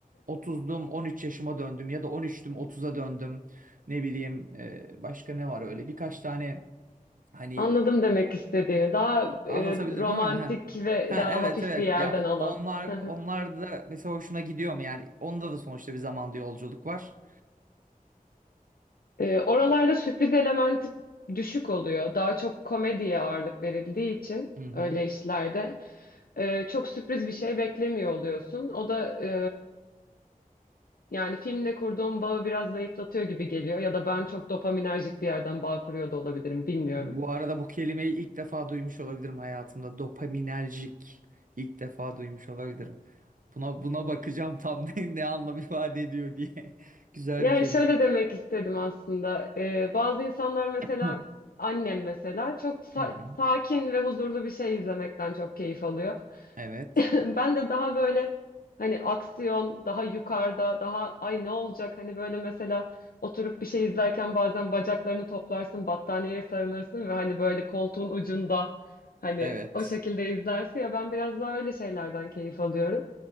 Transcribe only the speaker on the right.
30'dum 13 yaşıma döndüm ya da 13'tüm 30'a döndüm ne bileyim e, başka ne var öyle birkaç tane Hani
Anlatabildim
değil mi? Ha.
Ha
evet
evet.
Ya o-
onlar
onlar da mesela hoşuna gidiyor mu? Yani onda da sonuçta bir zamanda yolculuk var.
Hı hı.
Bu arada bu kelimeyi ilk defa duymuş olabilirim hayatımda. Dopaminerjik ilk defa duymuş olabilirim. Buna buna bakacağım tam <laughs> ne, ne anlam ifade ediyor diye. <laughs> Güzel
bir kelimeyi.
Hı
hı.
Evet.
Evet.